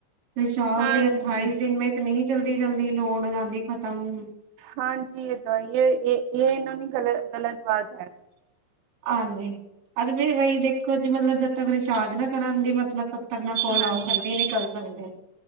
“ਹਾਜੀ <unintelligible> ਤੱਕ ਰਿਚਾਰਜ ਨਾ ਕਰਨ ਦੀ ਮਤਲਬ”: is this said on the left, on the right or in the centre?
Right